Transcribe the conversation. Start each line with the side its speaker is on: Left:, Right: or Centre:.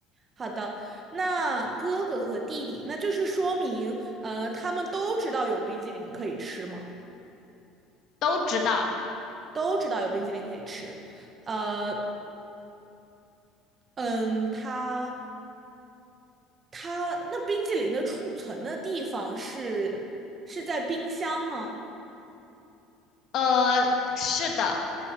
Right: 好的，那哥哥和弟弟，那就是说明，呃，他们都知道有冰激凌可以吃吗？
Left: 都知道。
Right: 都知道有冰激凌可以吃，呃，嗯，他他那冰激凌的储存的地方是是在冰箱吗？
Left: 呃，是的。